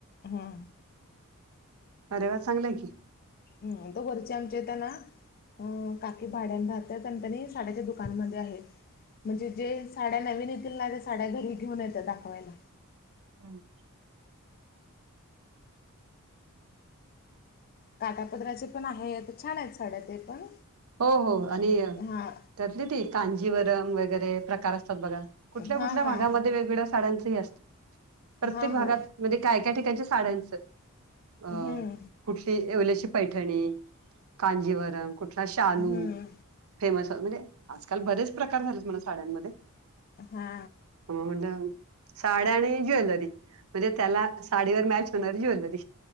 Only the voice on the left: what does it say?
हम्म.
हम्. तो घरची आमच्याताना. हं. काकी भाड्यान राहतात आणि का नाई साड्याच्या दुकानामध्ये आहेत. म्हणजे जे साड्या नवीन येतील ना? ते साड्या घरी ठेऊून येतात दाखवायला
काठापदराचे पण आहेत. छान आहेत साड्या ते पण
हां
हां
हां.
हां
हो
हम्म
हम्म
हा.